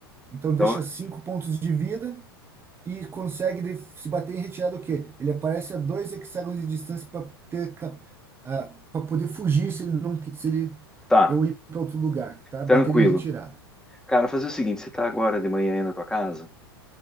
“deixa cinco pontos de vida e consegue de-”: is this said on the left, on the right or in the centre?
Right